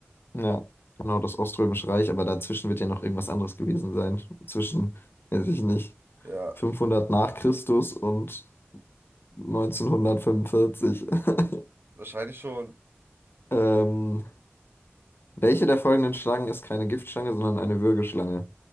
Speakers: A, on the left; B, on the right.
A: Ja, genau, das Oströmische Reich, aber dazwischen wird ja noch irgendwas anderes gewesen sein. Zwischen, weiß ich nicht,
B: Ja,
A: 500 nach Christus und 1945. <laughs>
B: wahrscheinlich schon,
A: Ähm, Welche der folgenden Schlangen ist keine Giftschlange, sondern eine Würgeschlange?